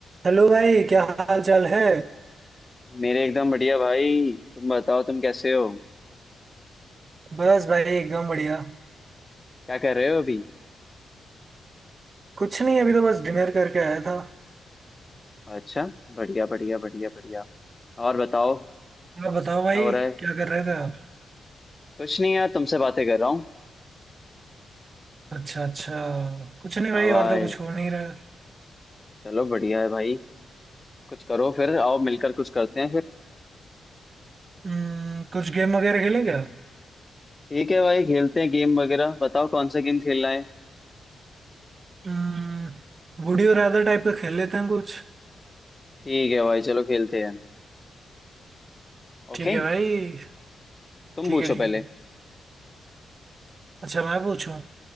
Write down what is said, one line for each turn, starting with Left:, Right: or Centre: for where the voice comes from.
Right: Hello भाई क्या हाल चाल है
Left: मेरे एकदम बढ़िया भाई तुम बताओ तुम कैसे हो
Right: बस भाई एकदम बढ़िया
Left: क्या कर रहे हो अभी
Right: कुछ नहीं अभी तो बस डिनर करके आया था
Left: अच्छा बढ़िया बढ़िया बढ़िया बढ़िया और बताओ
Right: आप बताओ भाई
Left: क्या हो रहा है
Right: क्या कर रहे थे आप
Left: कुछ नहीं यार तुमसे बातें कर रहा हूँ
Right: अच्छा अच्छा कुछ नहीं भाई
Left: हाँ भाई
Right: और तो कुछ हो नहीं रहा है।
Left: चलो बढ़िया है भाई कुछ करो फिर आओ मिलकर कुछ करते हैं फिर
Right: हम्म, कुछ गेम वगैरह खेलें क्या
Left: ठीक है भाई खेलते हैं गेम वगैरह बताओ कौन सा गेम खेलना है
Right: हम्म, वुड यू रादर टाइप का खेल लेते हैं कुछ
Left: ठीक है भाई चलो खेलते हैं
Right: ठीक
Left: ओके
Right: है भाई
Left: तुम
Right: ठीक
Left: पूछो
Right: है ठीक
Left: पहले
Right: है अच्छा मैं पूछूं